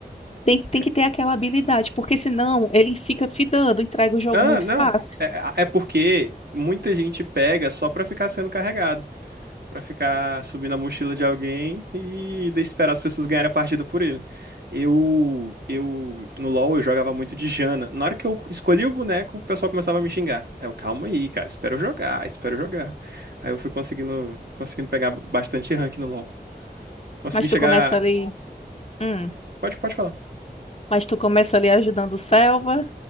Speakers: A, on the left; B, on the right.
A: Tem que, tem
B: Ca-
A: que ter aquela habilidade, porque senão ele fica fidando, entrega o jogo
B: Ah,
A: muito
B: não.
A: fácil.
B: É, é porque muita gente pega só pra ficar sendo carregado. Pra ficar subindo a mochila de alguém e de- esperar as pessoas ganharem a partida por ele. Eu, eu, no LoL eu jogava muito de Jana. Na hora que eu escolhi o boneco, o pessoal começava a me xingar. Eu, calma aí, cara, Espero jogar, espero jogar. Aí eu fui conseguindo, conseguindo pegar bastante rank no LoL. Consegui
A: Mas
B: chegar.
A: tu começa ali. hum,
B: Pode, pode falar.
A: mas tu começa ali ajudando o Selva,